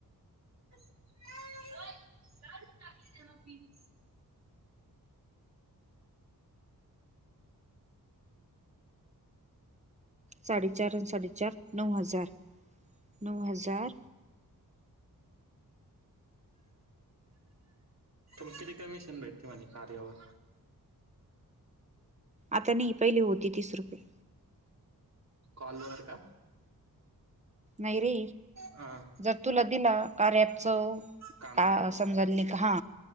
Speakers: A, on the right (about 45°); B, on the right (about 20°).
A: <unintelligible> <unintelligible> प्लीज.
B: साडेचार आणि साडेचार नऊ हजार, नऊ हजार.
A: तर किती कमिशन भेटते म्हणे कार्यावर.
B: आता नाही पहिली होती तीस रुपये.
A: कॉलवर का?
B: नाही रे.
A: हा
B: जर तुला दिला कार्य ॲपच,
A: काम
B: टा
A: करायला
B: समजा ली हा.